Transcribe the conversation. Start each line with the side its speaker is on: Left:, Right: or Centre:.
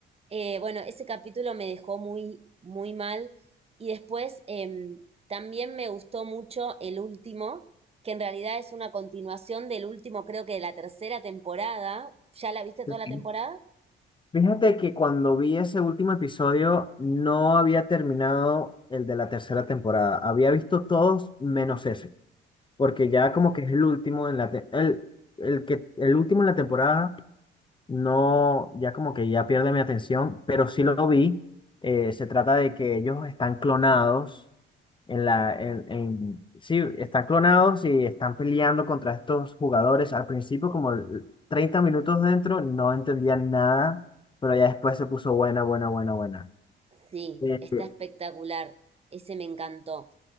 Right: eh, bueno, ese capítulo me dejó muy, muy mal. Y después em, también me gustó mucho el último, que en realidad es una continuación del último, creo que de la tercera temporada. ¿Ya la viste
Left: sí.
Right: toda la temporada?
Left: Fíjate que cuando vi ese último episodio no había terminado el de la tercera temporada. Había visto todos menos ese, porque ya como que es el último en la te- el, el que el último en la temporada no, ya como que ya pierde mi atención, pero sí lo vi. Eh, se trata de que ellos están clonados en la,
Right: Sí.
Left: en, en- sí, están clonados y están peleando contra estos jugadores. Al principio, como el 30 minutos dentro, no entendía nada, pero ya después se puso buena, buena, buena, buena.
Right: Sí,
Left: Este,
Right: está espectacular. Ese me encantó.